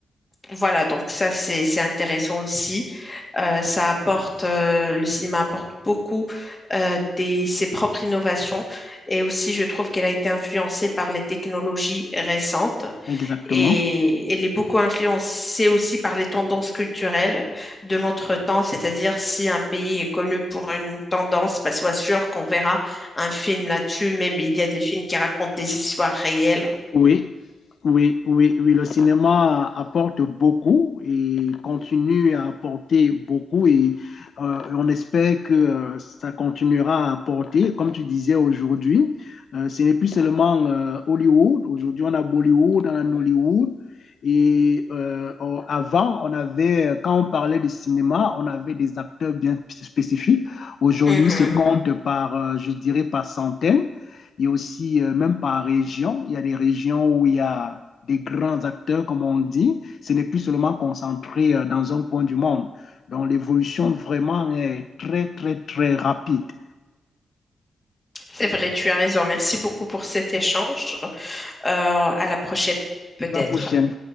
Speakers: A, on the left; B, on the left.
A: voilà, donc ça, c'est, c'est intéressant aussi. Euh, ça apporte, euh, le cinéma apporte beaucoup euh, des, ses propres innovations. Et aussi, je trouve qu'elle a été influencée par les technologies récentes.
B: exactement.
A: Et elle est beaucoup influencée aussi par les tendances culturelles de notre temps. C'est-à-dire, si un pays est connu pour une tendance, bah, sois sûr qu'on verra un film là-dessus. Même il y a des films qui racontent des histoires réelles.
B: Oui, oui, oui, oui, le cinéma apporte beaucoup et continue à apporter beaucoup et euh, on espère que euh, ça continuera à apporter. Comme tu disais aujourd'hui, euh, ce n'est plus seulement euh, Hollywood. Aujourd'hui, on a Bollywood, on a Nollywood. Et euh, on- avant, on avait, quand on parlait de cinéma, on avait des acteurs bien spécifiques. Aujourd'hui,
A: Mhm.
B: se compte par, euh, je dirais, par centaines. Il y a aussi, euh, même par région, il y a des régions où il y a des grands acteurs, comme on dit. Ce n'est plus seulement concentré euh, dans un coin du monde. Donc, l'évolution vraiment est très, très, très rapide.
A: C'est vrai, tu as raison. Merci beaucoup pour cet échange. Euh, à la prochaine, peut-être.
B: À la prochaine.